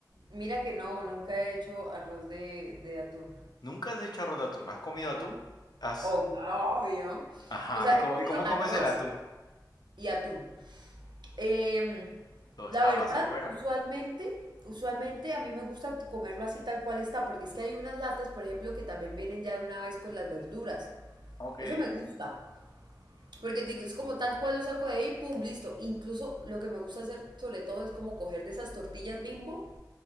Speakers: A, on the right; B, on the left.
A: Mira que no, nunca he hecho arroz de, de atún.
B: Nunca has hecho arroz de atún, ¿has comido
A: No,
B: atún? ¿Has...
A: obvio, obvio.
B: Ajá,
A: O sea,
B: ¿y cómo,
A: he comido
B: y cómo comes
A: arroz
B: el atún?
A: y atún. Em,
B: ¿Lo destapas
A: la verdad,
B: y fuera?
A: usualmente, usualmente a mí me gusta comerlo así tal cual está, porque es que hay unas latas, por ejemplo, que también vienen ya de una vez con las verduras.
B: Ok,
A: Eso me gusta. Porque es como tal cual lo saco de ahí, pum, listo. Incluso lo que me gusta hacer sobre todo es como coger de esas tortillas bimbo